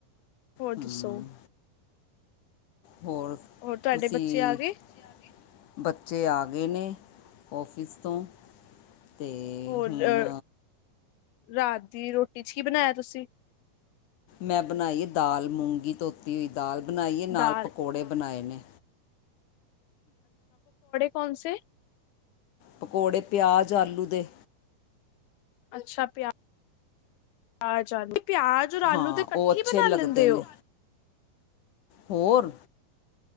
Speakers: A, on the left; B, on the left.
A: ਹੋਰ
B: ਹੂੰ
A: ਦੱਸੋ?
B: ਹੋਰ
A: ਹੋਰ ਤੁਹਾਡੇ
B: ਤੁਸੀਂ
A: ਬੱਚੇ ਆ
B: ਚੇ
A: ਗਏ?
B: ਆ ਗੇ ਬੱਚੇ ਆ ਗਏ ਨੇ। ਔਫਿਸ ਤੋਂ ਅਤੇ
A: ਹੋਰ
B: ਹੁਣ
A: ਅ ਰਾਤ ਦੀ ਰੋਟੀ ਚ ਕੀ ਬਣਾਇਆ ਤੁਸੀਂ?
B: ਮੈਂ ਬਣਾਈਏ ਦਾਲ ਮੂੰਗੀ। ਧੋਤੀ ਹੋਈ ਦਾਲ ਬਣਾਈਏ ਨਾਲ
A: ਦਾਲ
B: ਪਕੌੜੇ ਬਣਾਏ ਨੇ।
A: ਕੌਮ ਸੇ
B: ਪਕੌੜੇ ਪਿਆਜ਼ ਆਲੂ ਦੇ।
A: ਅੱਛਾ ਪਿਆ, ਆਜ ਆਲੂ। ਪਿਆਜ ਔਰ
B: ਹਾਂ
A: ਆਲੂ ਦੇ ਕੱਠੀ
B: ਉਹ ਅੱਛੇ
A: ਬਣਾ
B: ਲੱਗਦੇ
A: ਲੀਦੇ
B: ਨੇ
A: ਓ?
B: ਹੋਰ